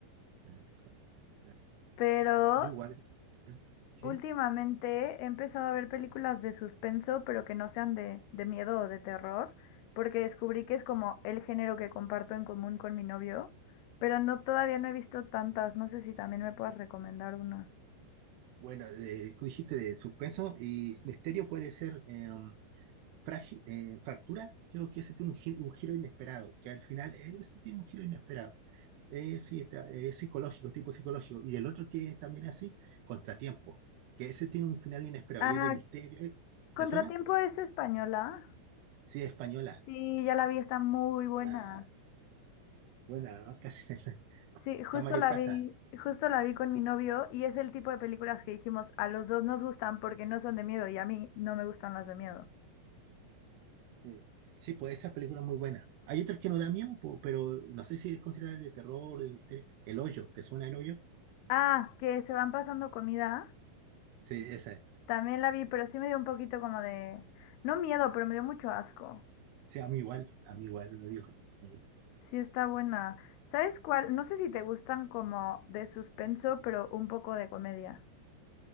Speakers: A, on the right (about 75°); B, on the left (about 85°).
A: Ah, como- ah,
B: pero
A: Yo igual. ¿Mm? ¿Sí?
B: Últimamente he empezado a ver películas de suspenso, pero que no sean de, de miedo o de terror, porque descubrí que es como el género que comparto en común con mi novio, pero no todavía no he visto tantas, no sé si también me puedas recomendar una.
A: Bueno, de- tú dijiste de suspenso y misterio puede ser. em, Fragi- eh, fractura, creo que ese tiene un, gi- un giro inesperado, que al final eh, ese tiene un giro inesperado. Eh, sí, está, eh, es psicológico, tipo psicológico. Y el otro que es también así, contratiempo, que ese tiene un final inesperado
B: Ah,
A: y es de misterio. Eh,
B: Contratiempo
A: ¿Te suena?
B: es española.
A: Sí, es española.
B: Sí, ya la vi, está muy buena.
A: Ah, buena, ¿no? Casi <laughs>
B: Sí, justo
A: está Mario
B: la
A: Casas.
B: vi, justo la vi con mi novio y es el tipo de películas que dijimos, a los dos nos gustan porque no son de miedo y a mí no me gustan las de miedo.
A: Sí. Sí, pues esa película es muy buena. Hay otras que no da miedo, po, pero no sé si es considerada de terror o de misterio. El Hoyo, ¿te suena El Hoyo?
B: Ah, que se van pasando comida.
A: Sí, esa es.
B: También la vi, pero sí me dio un poquito como de, no miedo, pero me dio mucho asco.
A: Sí, a mí igual, a mí igual me dio. Mm.
B: Sí está buena. ¿Sabes cuál? No sé si te gustan como de suspenso, pero un poco de comedia.